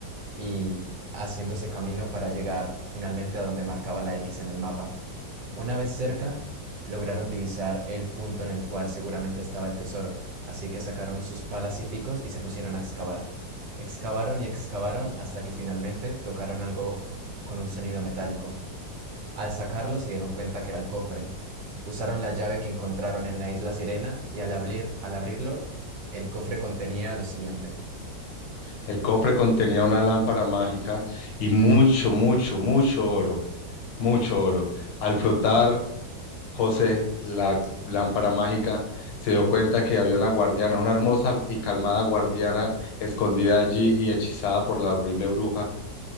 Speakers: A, on the right (about 70°); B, on the left (about 70°).
A: y haciéndose camino para llegar finalmente a donde marcaba la X en el mapa. Una vez cerca, lograron divisar el punto en el cual seguramente estaba el tesoro, así que sacaron sus palas y picos y se pusieron a excavar. Excavaron y excavaron hasta que finalmente tocaron algo con un sonido metálico. Al sacarlo se dieron cuenta que era el cofre. Usaron la llave que encontraron en la isla Sirena y al abrir, al abrirlo, el cofre contenía lo siguiente.
B: El cofre contenía una lámpara mágica y mucho, mucho, mucho oro, mucho oro. Al frotar José, la lámpara mágica, se dio cuenta que había una guardiana, una hermosa y calmada guardiana escondida allí y hechizada por la horrible bruja,